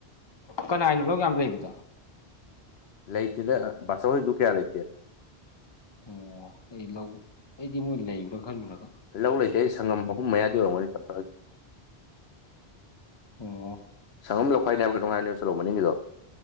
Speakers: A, on the left (about 25°); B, on the left (about 70°).
A: ꯀꯅꯥꯅꯣ ꯂꯧ ꯌꯥꯝ ꯂꯩꯃꯤꯗꯣ
B: ꯂꯩꯇꯦꯗ ꯕꯥꯁꯧ ꯍꯣꯏꯗꯨ ꯀꯌꯥ ꯂꯩꯇꯦ
A: ꯑꯣ ꯑꯩ ꯂꯧ ꯑꯩꯗꯤ ꯃꯣꯏ ꯂꯩꯕ꯭ꯔꯥ ꯈꯜꯂꯨꯔꯒ
B: ꯂꯧ ꯂꯩꯇꯦ ꯑꯩ ꯁꯪꯉꯝ ꯑꯍꯨꯝ ꯃꯌꯥꯗ ꯌꯔꯝꯒꯅꯤ ꯇꯊꯒ
A: ꯑꯣ
B: ꯁꯪꯝ ꯂꯧꯈꯥꯏꯅꯦ ꯍꯥꯏꯕ ꯀꯗꯅꯨꯡꯉꯥꯏꯔꯅꯤꯣꯂꯣ ꯃꯅꯤꯡꯒꯤꯗꯣ